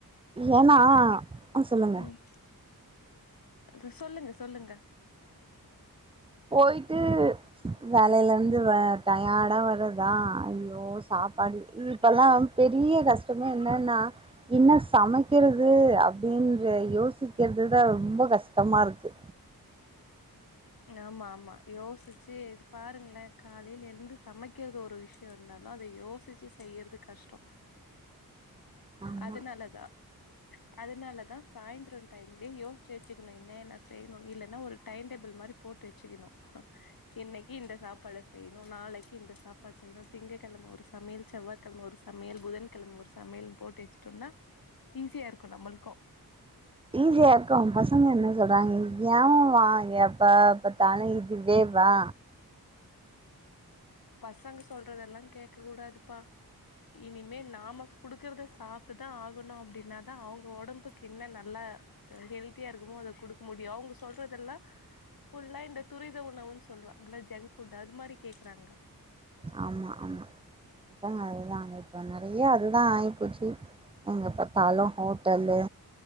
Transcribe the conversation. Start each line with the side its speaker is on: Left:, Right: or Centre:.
Right: ஏன்னா
Left: எப்டிங்க
Right: ஆ சொல்லுங்க.
Left: ம் தே சொல்லுங்க சொல்லுங்க
Right: போயிட்டு வேலைலந்து வே டயார்டா வர்ரதா ஐயோ ஓ சாப்பாடு இப்பெலா பெரிய கஷ்டமே என்னான்னா இன்னா சமக்கிறது அப்டின்ற யோசிக்கிறதுதா ரொம்ப கஷ்டமா இருக்கு
Left: ம்மா ஆமா ஆமா யோசிச்சி இது பாருங்களே காலைல எழுந்து சமக்கிறது ஒரு விஷ் இருந்தாலு அத யோசிச்சி செய்யறது கஷ்டோ
Right: ஆமா
Left: அதுனால தா அதனால தா சாயந்தரோ டைம்லே யோச் சி வச்சிகணு என்ன என்னா செய்ணு இல்லனா ஒரு டைம் டேபிள் மாரிப் போட்டு வச்சுக்கணு அ இன்னிக்கி இந்த சாப்பாட செய்ணு நாளக்கி இந்த சாப் பாடு செய்ணு திங்கக்கெழம ஒரு சமயல் செவ்வாக்கெழம ஒரு ச மயல் புதன் கெழம ஒரு சமயல் போட்டு வச்சுட்டோனா ஈஸியா இருக்கு நம்மளுக்கு
Right: ஈஸியா இருக்கு பசங்க என்ன சொல்றாங்கங் ஏமா எ எப்பபாத்தாலு இதுவே வா
Left: பசங்க சொல்றதெல்லா கேக்க கூடாதுபா இனிமே நாம குடுக்குறத சாப்ட்டுதா ஆகணு அப்டின்னாதா அவுங்க ஒடம்புக்கு இன்ன நல்லா எ ஹெல்தியா இருக்குமோ அத குடுக்க முடியு அவுங்க சொல்றதெல்லா ஃபுல்லா இந்த துரித உணவுனு சொல்லுவ ங்கள ஜங்க் ஃபுட் அது மாரி கேக்குறாங்க
Right: ஆமா ஆமா அதுதா அதுதா இப்ப நெறைய அதுதா ஆயிப்போச்சு எங்க பாத்தாலு ஹோட்டல்லு